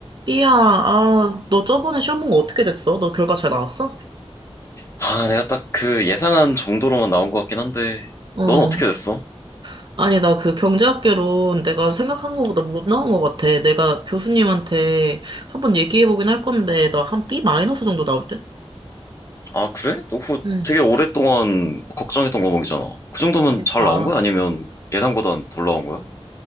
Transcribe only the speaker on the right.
삐야, 아, 너 저번에 시험 본 거 어떻게 됐어? 너 결과 잘 나왔어?
어.
아니, 나 그 경제학개론 내가 생각한 거보다 못 나온 것 같아. 내가 교수님한테 한번 얘기해보긴 할 건데, 나 한 B 마이너스 정도 나올 듯?
응.
그러니까.